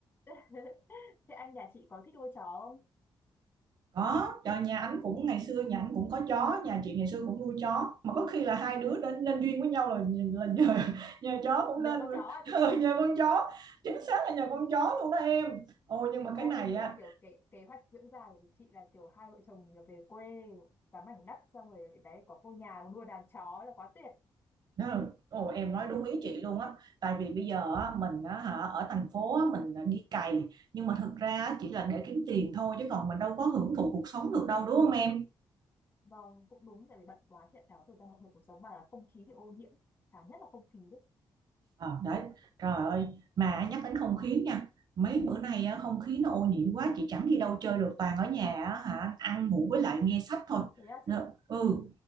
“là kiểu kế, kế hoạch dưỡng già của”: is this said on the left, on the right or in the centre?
Left